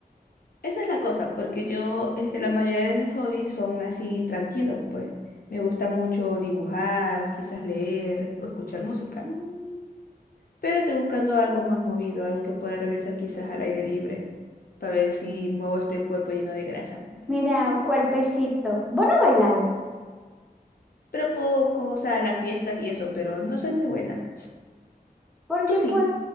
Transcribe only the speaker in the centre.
Mm,
Mira, cuerpecito, vos no bailáis,
porque
pues